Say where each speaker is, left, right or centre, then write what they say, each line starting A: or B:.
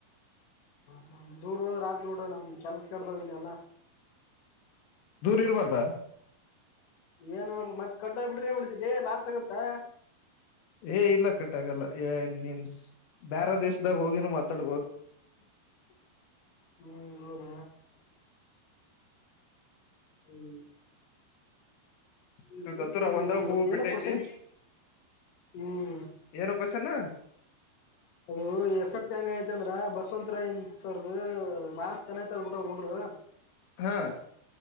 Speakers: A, on the left; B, on the left.
A: ಹ್ಮ್ ದೂರ್ ಹೋದ್ಾತ್ ನೋಡ ನಮ್ ಕೆಲ್ಸ ಕೆಡ್ದಾವ್ ಇಲ್ಲ ಎಲ್ಲಾ
B: ದೂರ್ ಇರ್ಬಾರ್ದಾ
A: ಏನ್ಪ್ಪ ಮತ್ ಕಟ್ಟ ಬಿಡ್ರೆ ಬಿಡಿದಲಿ ಲಾಸ್ ಆಗತ್ತಾ
B: ಏ ಇಲ್ಲ ಕಟ್ಟಾಗಲ್ಲ ಏ ನೀನ್ ಬ್ಯಾರ ದೇಶದಾಗ ಹೋಗಿನೂ ಮಾತಾಡ್ಬೋದು
A: ಹ್ಮ್ ಹೌದ ಹ್ಮ್ ಹ್ಮ್
B: ಇದು ದತ್ತೂರ ಒಂದಾಗ
A: ಇವತ್ತೇನೋ
B: ಹೂವು ಬಿಟ್ಟೈತಿ
A: ಕ್ವಶನ್ ಹ್ಮ್
B: ಏನ ಕವಶನ್
A: ಅದು ಎಫೆಕ್ಟ್ ಹೆಂಗ ಐತಿ ಅಂದ್ರ ಬಸವಂತ ರಾಯ್ ಸರ್ದ ಮಾರ್ಸ್ ಚೆನ ತ್ ಅದ್ ಬಿಿಟ್ಟ ಅವ್ರುೋಡ್ರು <inaudible>
B: ಹ್ಮ